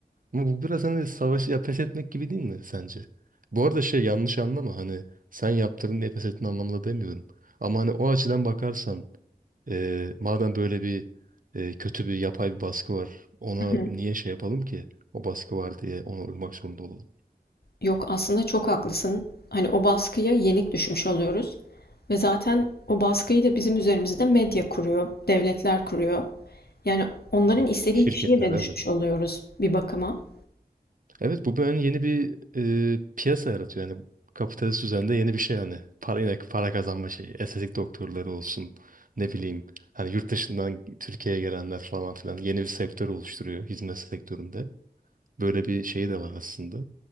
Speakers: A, on the right (about 55°); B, on the left (about 70°).
A: Ama bu biraz hani savaşı ya pes etmek gibi değil mi sence? Bu arada şey yanlış anlama hani sen yaptırdın diye pes ettin anlamında demiyorum. Ama hani o açıdan bakarsan eee, madem böyle bir eee, kötü bir yapay bir baskı var ona
B: Hı hı.
A: niye şey yapalım ki? O baskı var diye ona uymak zorunda olalım.
B: Yok, aslında çok haklısın. Hani, o baskıya yenik düşmüş oluyoruz ve zaten o baskıyı da bizim üzerimizde medya kuruyor, devletler kuruyor. Yani onların
A: Hı.
B: istediği
A: Şirketler
B: kişiye de
A: evet.
B: düşmüş oluyoruz bir bakıma.
A: Evet bu böyle hani yeni bir e, piyasa yaratıyor. Yani kapitalist düzende yeni bir şey yani. Para, yine para kazanma şeyi. Estetik doktorları olsun. Ne bileyim. Hani yurt dışından Türkiye'ye gelenler falan filan. Yeni bir sektör oluşturuyor hizmet sektöründe. Böyle bir şeyi de var aslında.